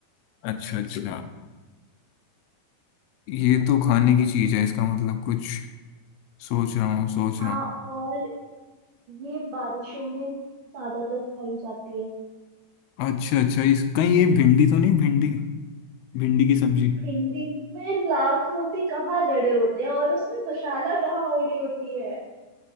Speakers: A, on the left; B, on the right.
A: अच्छा अच्छा ये तो खाने की चीज है इसका मतलब कुछ सोच रहा हूँ सोच
B: हाँ
A: रहा हूँ
B: और ये बारिशों में ज्यादातर खाई जाती है
A: अच्छा अच्छा इस कहीं ये भिंडी तो नहीं भिंडी भिंडी की सब्जी
B: भिंडी में लाख मोती कहाँ जड़े होते हैं और उसमें दुशाला कहाँ ओढ़ी होती है